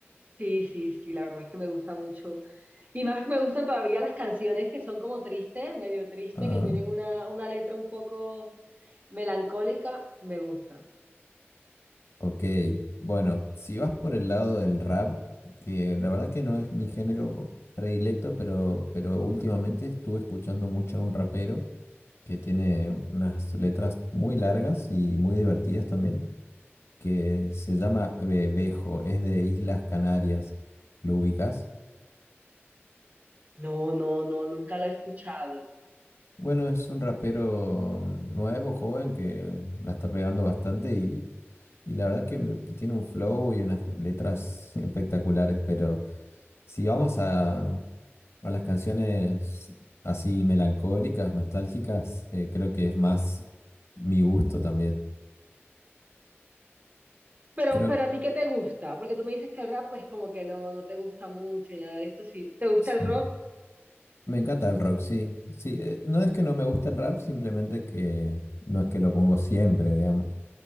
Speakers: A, on the right (about 40°); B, on the left (about 75°).
A: Sí, sí, sí, la verdad es que me gusta mucho. Y más me gustan todavía las canciones que son como tristes, medio tristes,
B: Ah,
A: que tienen una, una letra un poco melancólica, me gusta.
B: ok. Bueno, si vas por el lado del rap, que la verdad que no es mi género predilecto, pero, pero últimamente estuve escuchando mucho a un rapero que tiene unas letras muy largas y muy divertidas también. que se llama Be- Bejo, es de Islas Canarias. ¿Lo ubicas?
A: No, no, no, nunca lo he escuchado.
B: Bueno, es un rapero nuevo, joven, que la está pegando bastante y, y la verdad que, que tiene un flow y unas letras <laughs> espectaculares, pero si vamos a, a las canciones así melancólicas, nostálgicas, eh, creo que es más mi gusto también.
A: Pero,
B: Creo,
A: pero a ti qué te gusta? Porque tú me dices que el rap pues como que no, no te gusta mucho y nada de esto. Sí, ¿te gusta
B: sí.
A: el rock?
B: Me encanta el rock, sí. Sí, eh, no es que no me guste el rap, simplemente que no es que lo pongo siempre, digamos.